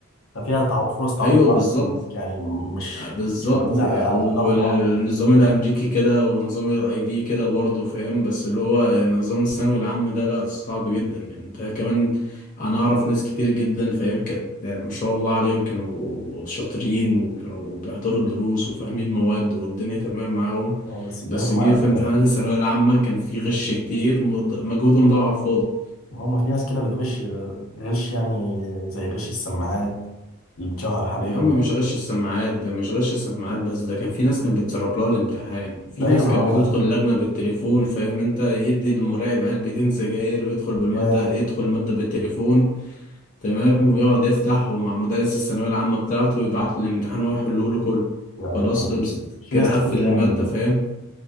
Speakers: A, on the left; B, on the left.
A: ففيها تعو... فرص تعويض
B: ايوه
A: اكتر
B: بالظبط
A: انك يعني مش
B: بالظبط
A: مش معتمدين
B: يعني
A: على على
B: والنظام
A: غلطه واحده دي
B: الامريكي كده ونظام الاي بي كده برضه فاهم بس اللي هو نظام الثانوي العام ده لا صعب جدا يعني انت كمان انا اعرف ناس كتير جدا فاهم كانت ما شاء الله عليهم كانوا شاطرين وكانوا بيحضروا الدروس وفاهمين مواد والدنيا تمام معاهم
A: اه بس بياخدوا
B: بس جه
A: مقلب
B: في
A: في
B: امتحانات
A: الاخر
B: الثانوية العامة كان في غش كتير مض- مجهودهم ضاع على الفاضي
A: هم في ناس كده بتغش غش يعني زي غش السماعات اللي اتشهر حاليا
B: يا عم
A: ده
B: مش غش السماعات ده مش غش السماعات بس ده كان في ناس كانت بتسرب لها الامتحان
A: ده
B: في ناس
A: ايوه ما
B: كانت
A: هو
B: بتدخل اللجنة بالتليفون فاهم انت يدي المراقب علبتين سجاير ويدخل بالمادة
A: ياه
B: يدخل المادة بالتليفون تمام ويقعد يفتح ومع مدرس الثانوية العامة بتاعته ويبعت له الامتحان ويحله له كله
A: يعني
B: خلاص
A: كان
B: خلصت
A: في
B: كده
A: ناس كتير
B: قفل المادة
A: يعني
B: فاهم